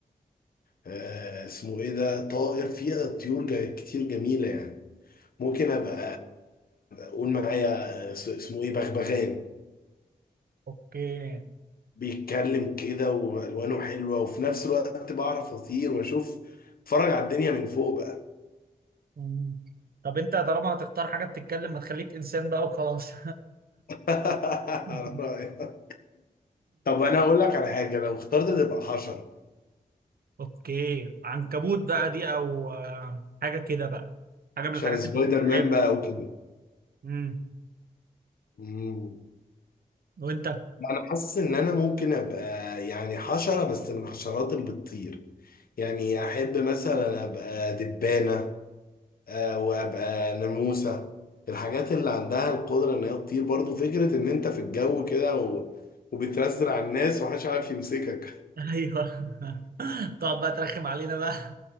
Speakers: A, on the left (about 75°); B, on the right (about 80°).
A: آه، اسمه ايه ده طائر فيها طيور جا- كتير جميلة يعني ممكن ابقى قول معايا اس- اسمه ايه بغبغان
B: اوكي
A: بيتكلم كده والوانه حلوة وفي نفس الوقت بعرف اطير واشوف اتفرج على الدنيا من فوق بقى
B: مم. طب انت طالما هتختار حاجه بتتكلم ما تخليك انسان بقى وخلاص
A: <laughs>
B: <laughs>
A: على رأيك طب انا هقول لك على حاجه لو اخترت تبقى حشره
B: اوكي عنكبوت بقى دي او آه، حاجه كده بقى حاجه من
A: عشان
B: الحاجات
A: سبايدر
B: المتعبه
A: مان بقى اوكي
B: امم
A: مم.
B: وانت <laughs>
A: انا حاسس ان انا ممكن ابقى يعني حشره بس من الحشرات اللي بتطير يعني احب مثلا ابقى دبانه آه، وابقى ناموسه الحاجات اللي عندها القدره ان هي تطير برضو فكره ان انت في الجو كده و... وبترسل على الناس ومحدش عارف يمسكك
B: ايوه <laughs> تقعد بقى ترخم علينا بقى